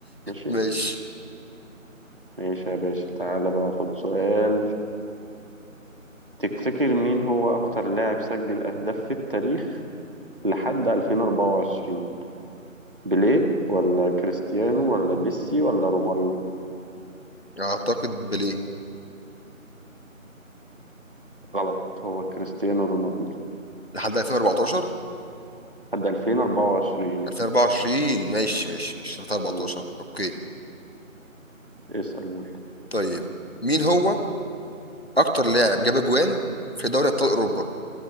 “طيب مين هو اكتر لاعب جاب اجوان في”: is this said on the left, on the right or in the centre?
Left